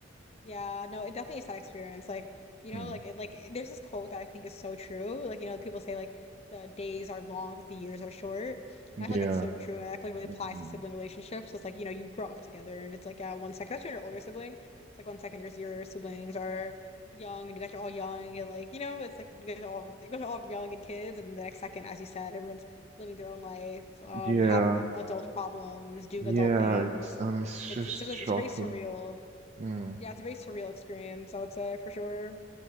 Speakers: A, on the left; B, on the right.
A: Yeah, no, it definitely is that experience. Like, you know,
B: Mm.
A: like it, like eh, there's this quote that I think is so true. Like, you know, people say like the days are long, but the years are short.
B: yeah
A: And I feel like that's so true, and I feel like it really
B: Mm.
A: applies to sibling relationships. 'cause, like, you know, you grow up together, and it's like yeah, one second, especially when you're an older sibling, it's like one second your your siblings are young, and you guys are all young, and like you know, it's like you guys are all you guys are all young and kids, and the next second, as you said, everyone's living their own life, um,
B: yeah
A: having adult problems, doing
B: yeah
A: adult things.
B: it's and it's
A: It's
B: just
A: it's just it's
B: shocking
A: a very surreal.
B: Mm.
A: Yeah, it's a very surreal experience, I would say for sure.